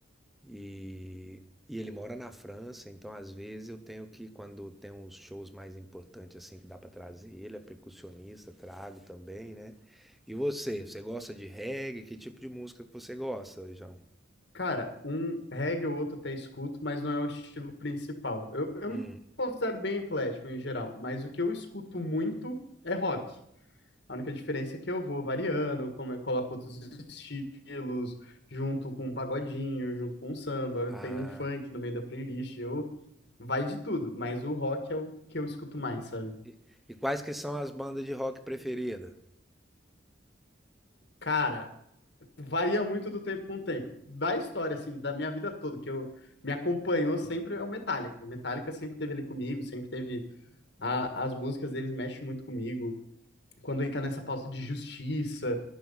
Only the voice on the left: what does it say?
Cara, um reggae ou outro até escuto, mas não é o estilo principal. Eu, eu
me considero bem eclético em geral, mas o que eu escuto muito é rock. A única diferença é que eu vou variando, como eu coloco outros estilos, junto com um pagodinho, junto com um samba,
tem um funk no meio da playlist, eu vai de tudo, mas o rock é o que eu escuto mais, sabe?
Cara, varia muito do tempo com o tempo. Da história, assim, da minha vida toda, que eu me acompanhou sempre é o Metallica. O Metallica sempre teve ele comigo, sempre teve a- as músicas deles mexem muito comigo. quando entra nessa pauta de justiça,